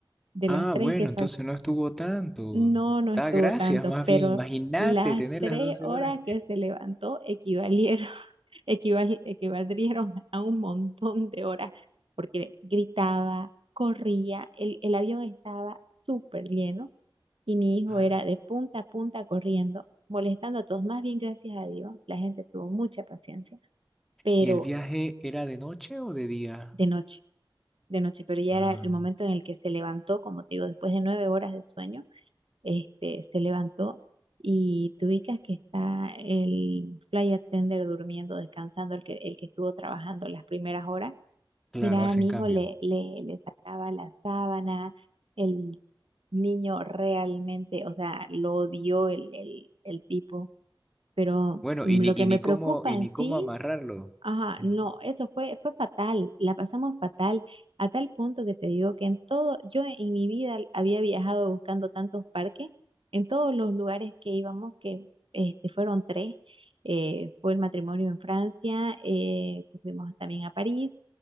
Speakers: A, on the right (about 85°); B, in the centre.
A: de
B: Ah,
A: las tres
B: bueno,
A: que
B: entonces no estuvo tanto.
A: no, no estuvo
B: Da gracias,
A: tanto,
B: más
A: pero
B: bien. Imagínate
A: las
B: tener
A: tres
B: las 12
A: horas
B: horas.
A: que se levantó equivalieron, <laughs> equival- equivaldrieron a un montón de horas, porque gritaba, corría, el, el avión estaba súper lleno y mi hijo
B: Ah,
A: era de punta a punta corriendo, molestando a todos. Más bien, gracias a Dios, la gente tuvo mucha paciencia, pero
B: ¿Y el viaje era de noche o de día?
A: de noche, de noche, pero ya
B: Ah,
A: era el momento en el que se levantó, como te digo, después de nueve horas de sueño este, se levantó y tú ubicas que está el flight attendant durmiendo, descansando, el que, el que estuvo trabajando las primeras horas.
B: claro,
A: Mira,
B: hacen
A: mi
B: cambio.
A: hijo le, le, le sacaba la sábana, el niño realmente, o sea, lo odió el, el, el tipo, pero
B: Bueno,
A: mm,
B: y ni,
A: lo que
B: y
A: me
B: ni cómo,
A: preocupa
B: y
A: en
B: ni cómo
A: sí
B: amarrarlo.
A: Ajá,
B: Ujú.
A: no, eso fue, fue fatal, la pasamos fatal, a tal punto que te digo que en todo, yo en en mi vida había viajado buscando tantos parques, en todos los lugares que íbamos, que este, fueron tres, eh, fue el matrimonio en Francia, eh, que fuimos también a París,